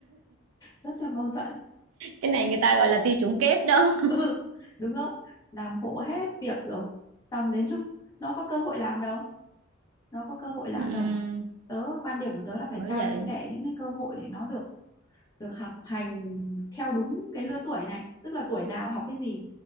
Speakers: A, on the left; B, on the right.
A: rất là mâu thuẫn
B: cái này người ta gọi là tiêu chuẩn kép đó
A: <laughs> ừ đúng không làm hộ hết việc rồi xong đến lúc nó có cơ hội làm đâu nó có cơ hội làm
B: ừ,
A: đâu tớ quan điểm của tớ là phải
B: bởi
A: trao
B: vậy
A: cho trẻ những cái cơ hội để nó được được học hành theo đúng cái lứa tuổi này tức là tuổi nào học cái gì